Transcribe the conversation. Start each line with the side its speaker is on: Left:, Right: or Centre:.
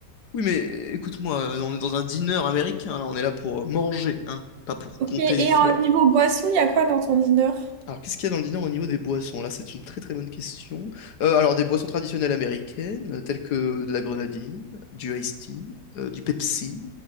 Left: Oui, mais écoute-moi, euh, on est dans un dîner américain, là, on est là pour euh, manger, hein, pas pour
Right: Ok,
Left: compter
Right: et
Left: des fleurs.
Right: en niveau boisson, il y a quoi dans ton dîner?
Left: Alors, qu'est-ce qu'il y a dans le dîner au niveau des boissons? Là, c'est une très très bonne question. Euh, alors, des boissons traditionnelles américaines, euh, telles que de la grenadine, du iced tea, euh, du Pepsi,